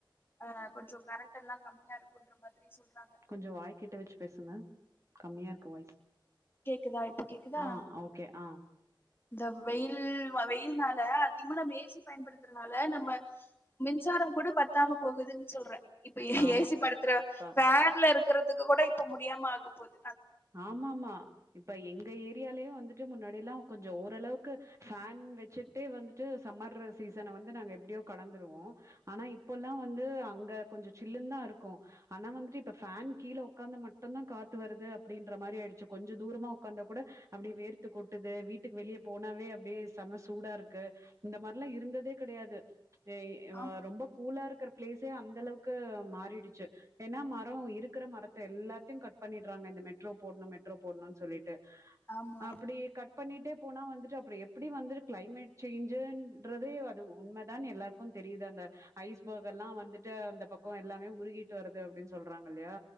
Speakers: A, on the left; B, on the right.
A: ஆ கொஞ்சோ கரண்ட் எல்லா கம்மியா இருக்குன்ற மாதிரி சொல்றாங்க
B: கொஞ்சோ வாய்க்கிட்ட வச்சு பேசுங்க கம்மியா இருக்கு வாய்ஸ்
A: கேக்குதா இப்ப கேக்குதா
B: ஆ ஓகே ஆ
A: இந்த வெயில் வ வெயில்னால அதிகமா நம்ம ஏசி பயன்படுத்துறதுனால நம்ம மின்சாரோ கூட பத்தாம போகுதுன்னு சொல்றே இப்ப
B: ஆமா.
A: ஏசி படுத்துற
B: கண்டிப்பா.
A: ஃபேன்ல இருக்குறதுக்கு கூட இப்ப முடியாம ஆகப்போது
B: ஆமாமா இப்ப எங்க ஏரியாலயு வந்துட்டு முன்னாடியெல்லா கொஞ்சோ ஓரளவுக்கு ஃபேன் வச்சு டே வந்துட்டு சம்மர் சீசன வந்து நாங்க எப்டியோ கடந்துருவோ ஆனா இப்ப ல்லா வந்து அங்க கொஞ்ச சில்லுனா தா இருக்கு ஆனா வந்துட்டு இப்ப ஃபேன் கீழ உக்காந்தா மட்டுதா காத்து வருது அப் அப்டின்ற மாரி ஆயிருச்சு கொஞ்ச தூரமா ஒக்காந்த கூட அப்டியே வேர்த்து கொட்டுது வீட்டுக்கு வெளிய போனாவே அப்டியே செம சூடா இருக்கு இந்த மாரிலா இருந்ததே கெடையாது ஏய் வா
A: ஆமா
B: ரொம்ப கூலா இருக்கிற பிளேஸே அந்த அளவுக்கு மாறிடுச்சு ஏனா மரோ இருக்கிற மரத்த எல்லாத்தையு கட் பண்ணிடுறாங்க இந்த மெட் ரோ போடணு மெட்ரோ போடணுனு சொல்லிட்டு
A: ஆமா
B: அப்டி கட் பண்ணிட்டே போனா வந்துட்டு அப்பறோ எப்டி வந்து கிளைமேட் சேஞ்சுன்றதே அது உண்ம தானு எல்லாரு க்கு தெரியுது அந்த ஐஸ்பர்க் எல்லா வந்துட்டு அந்த பக்கோ எல்லாமே உருகிட்டு வருது அப்டின்னு சொல்றாங்க இல்லையா